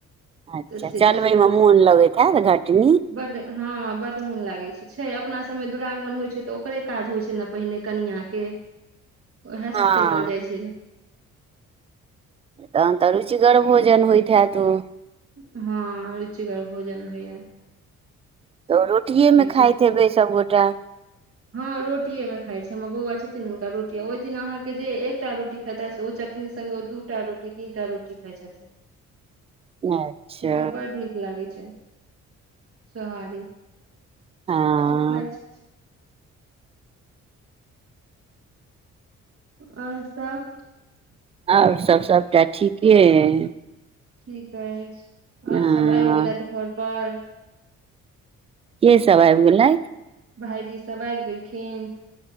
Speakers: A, on the right; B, on the right.
A: अच्छा
B: तऽ से
A: चलबय मे मोन लगैत होयत घटनी।
B: बड़, हँ बड़ मोन लागय छै। छै, अपना सभमे दुरागमन होइ छै, तऽ ओकरे काज होइत छै, ने पहिने कनिआके उएह सँ
A: हँ
B: सस्ते कल जाइ छै ने।
A: तहन तऽ रुचिगर भोजन होइत हैत, ओ।
B: हँ, य रुचिगर भोजन होइए।
A: तऽ ओ रोटिएमे खाइत
B: छै
A: हेबै सभगोटा।
B: हँ, रोटिएमे खाय छै, हमर बौआ छथिन ने हुनका रोटी ओहि दिन अहाँकेँ जे एकटा रोटी। खेतासँ ओ चटनी संघगे दूटा रोटी तीन टा रोटी खाइ छथिन।
A: <inaudible> अच्छा
B: अकरा बड नीक लागै छै सोहारी। उ
A: हँ
B: खइ छै। और सभ?
A: और सभ सभटा ठीके अइ।
B: ठीक अछि, और
A: हँ
B: सभ आबि गेलथि घर पर?
A: के सभ आब गेलै।
B: भाईजी सभ आब गेलखिन।